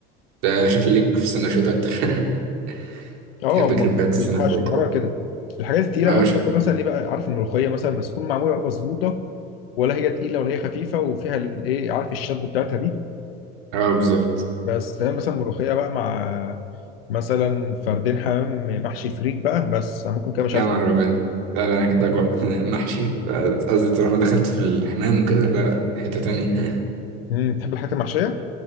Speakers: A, on the right (about 70°); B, on the left (about 80°).
A: ده شكل ليك في السندوتشات أكتر <laughs>
B: اه
A: تحب
B: هم
A: كريبات
B: بي-
A: السندوتشات
B: بيتحاشوا
A: أكتر
B: بيتعمل كده الحاجات التقيله
A: أه
B: بقى بحب
A: ش-
B: مثلا ايه بقى عارف الملوخيه مثلا بس تكون معموله بقى مظبوطه ولا هي تقيله ولا هي خفيفه وفيها الايه عارف الشد بتاعتها دي
A: أه بالظبط
B: بس تعمل مثلا ملوخيه بقى مع مثلا فردين حمام محشي فريك بقى بس أنا ممكن كده مش
A: يا
B: عارف
A: نهار أبيض لا لا أنا كده جوعت <laughs> محشي ف- قصدي طالما دخلت في الحمام وكده لا لا حتة تانية <laughs>
B: امم تحب الحاجات المحشيه